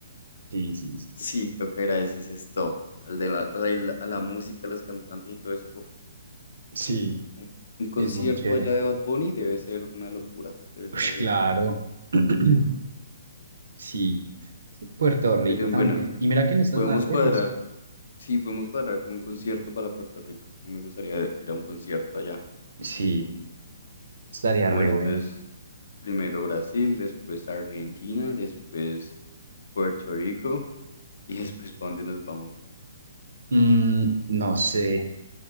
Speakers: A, on the right; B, on the left.
A: sí, sí, sí.
B: Sí, toca ir a ese ese stop, al de la, o sea, y la- a la música, a los cantantes y todo eso. Uf.
A: Sí,
B: Un un concierto
A: es muy chévere.
B: allá de Bad Bunny debe ser una locura, debe ser
A: Ush,
B: algo
A: claro.
B: de otro mundo.
A: <clears throat>
B: Uf.
A: Sí. Sí, Puerto Rico
B: Pero bueno,
A: también. Y mira que no estás
B: podemos
A: tan lejos.
B: cuadrar, sí, podemos cuadrar con un concierto para Puerto Rico. A mí me gustaría ir a un concierto allá.
A: Sí, estaría
B: Bueno,
A: re bueno.
B: entonces primero Brasil, después Argentina, después Puerto Rico <laughs> y después ¿para dónde nos vamos?
A: Mm, no sé.